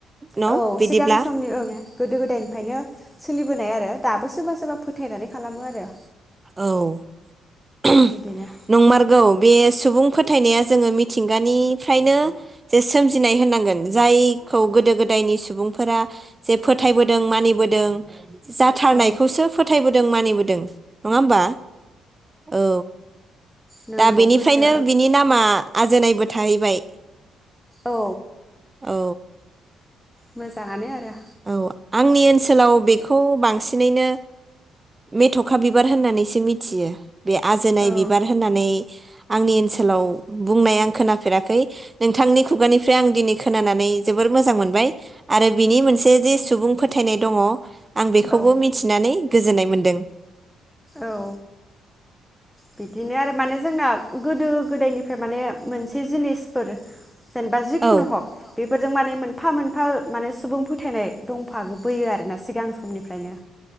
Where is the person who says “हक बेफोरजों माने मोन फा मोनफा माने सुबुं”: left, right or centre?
Centre